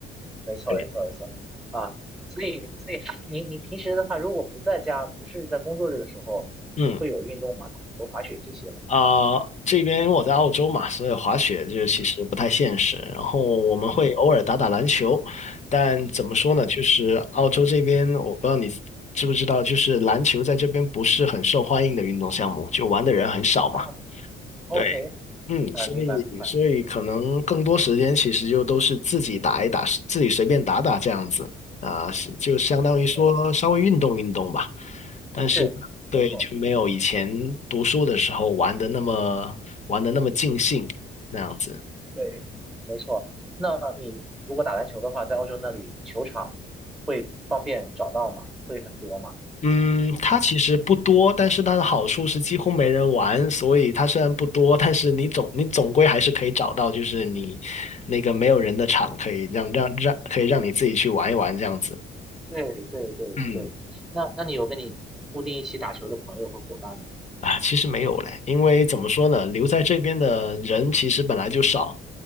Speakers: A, in the centre; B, on the left.
A: 没错，
B: 对，
A: 没错，没错。啊，所以，所以你你平时的话，如果不在家，不是在工作日的时候，
B: 嗯，
A: 会有运动吗？打球、滑雪这些吗？
B: 啊，这边因为我在澳洲嘛，所以滑雪就其实不太现实。
A: 嗯
B: 然后我们会偶尔打打篮球，
A: 嗯，
B: 但怎么说呢，
A: 滑雪。
B: 就是澳洲这边，我不知道你知不知道，就是篮球在这边不是很受欢迎的运动项目，就玩的人很少嘛。
A: 哦，OK，
B: 对。嗯，
A: 明白，
B: 所以所以可能更多时间其实就都是自己打一打，
A: 明白，明白。
B: 自己随便打打这样子啊，是就相当于说稍微运动运动吧。
A: OK。
B: 但是对，
A: 是，没错，
B: 就没有以前读书的时候玩的那么玩的那么尽兴那样子。
A: 对，没错。那你如果打篮球的话，在澳洲那里球场会方便找到吗？会很多吗？
B: 嗯，它其实不多，但是它的好处是几乎没人玩，所以它虽然不多，但是你总你总归还是可以找到，就是你那个没有人的场，可以让让让可以让你自己去玩一玩这样子。
A: 对对对对。
B: 嗯。
A: 那那你有跟你固定一起打球的朋友和伙伴吗？
B: 啊，其实没有嘞，因为怎么说呢，留在这边的人其实本来就少，